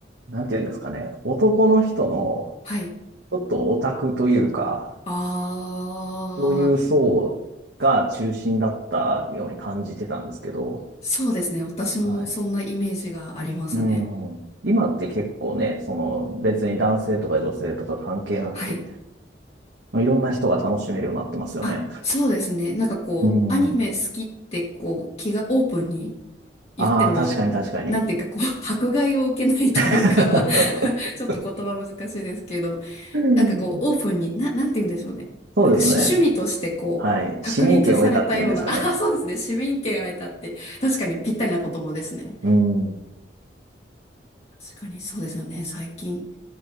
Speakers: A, on the right; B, on the left.
A: なんていうんですかね、男の人の、
B: はい。
A: ちょっとオタクというか、
B: あー、
A: そういう層が中心だったように感じてたんですけど、
B: そうですね。私もそんなイメージがありますね。
A: はい。うん。今って結構ね、その別に男性とか女性とか関係なくて、
B: はい。
A: いろんな人が楽しめるようになってますよね。
B: あ、そうですね。なんかこう、
A: うん。
B: アニメ好きってこう、気がオープンに言っても、
A: ああ、確かに確かに。
B: なんていうかこう、<laughs> 迫害を受けないというか
A: <laughs>
B: <laughs> ちょっと言葉難しいですけど、
A: うん
B: なんかこう、オープンに、な、なんて言うんでしょうね。
A: そうですね。
B: なんか趣趣味としてこう、
A: はい。
B: 確立されたような、
A: 市民権を得たっていうんですかね。
B: <laughs> ああ、そうですね。市民権が得たって、確かにぴったりな言葉ですね。
A: うん。
B: 確かにそうですよね。最近、